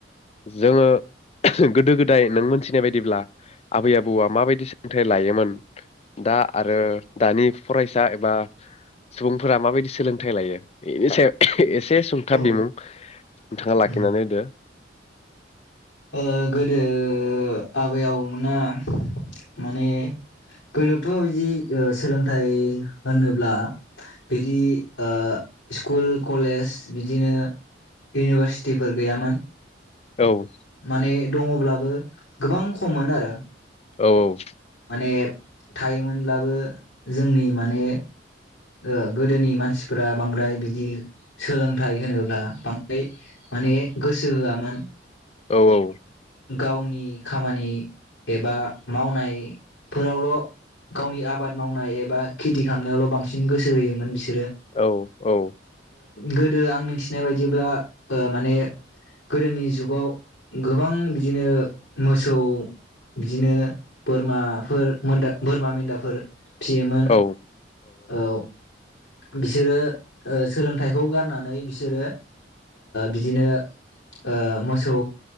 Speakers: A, on the left; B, on the left.
A: जोङो गोदो गोदाय नों मोनथिनाय बायदिब्ला आबै आबौआ माबायदि सोलोंथाइ लायोमोन दा आरो दानि फरायसा एबा सुबुंफोरा माबायदि सोलोंथाइ लायो बेनि सायाव एसे सुंथाब
B: औ
A: बिमुं नोंथांङा‌
B: उम
A: लाख थिनानै होदो।
B: ओ गोदो आबै आबौमोना माने गोदोथ' ओ बिदि सोलोंथाइ होनोब्ला बिदि ओ स्कुल कलेज बिदिनो इउनिभारसिटिफोर गैयामोन।
A: औ।
B: माने दङब्लाबो गोबां खममोन आरो।
A: औ औ।
B: नेब थायोमोनब्लाबो जोंनि माने ओ गोदोनि मानसिफोरा बांद्राय बिदि सोलोंथाइ होनोब्ला बांद्राय माने गोसो होआमोन।
A: औ औ।
B: गावनि खामानि एबा मावनायफोरावल' गावनि आबाद मावनाय एबा खेथि खालामनायावल' बांसिन गोसो होयोमोन बिस
A: औ औ।
B: गोदो आं मिनथिनाय बायदिब्ला माने गोदोनि जुगाव गो बां बिदिनो मोसौ बिदिनो बोरमाफोर बोरमा मेन्दाफोर फियोमोन
A: औ
B: औ। बिसोरो ओ सोलोंथाइखौ गारनानै बिसोरो बिदिनो ओ मोसौ